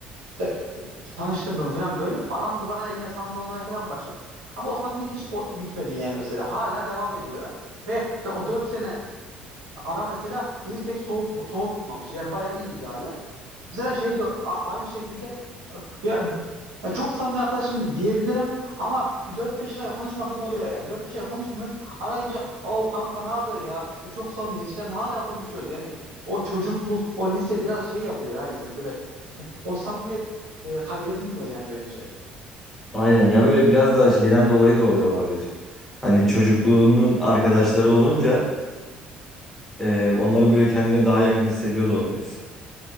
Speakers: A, on the right; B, in the centre.
A: İşte bir tanıştırdım falan böyle. Aramız bayağı yine samimi olmaya falan başladık. Ama o samimiyet hiç bo- bitmedi yani mesela. Hala devam ediyor. Ve işte o dört sene ara mesela bizi pek soğutma, soğutmamış. Yani bayağı iyiyiz hala. Mesela şey de a- aynı şekilde ya, ya çok samimi arkadaşım diyebilirim ama bir dört beş ay konuşmadığım oluyor yani. dört beş ay konuşmuyoruz. Arayınca o kanka ne haber ya? İşte çok samimiyiz falan hala konuşuyoruz. Yani o çocukluk, o lise biraz şey yapıyor ya insanı böyle o samimiyet e, kaybedilmiyor yani bence.
B: Aynen ya böyle biraz daha şeyden dolayı da oluyor olabilir. Hani çocukluğunun arkadaşları olunca e, onları böyle kendine daha yakın hissediyor da olabilir.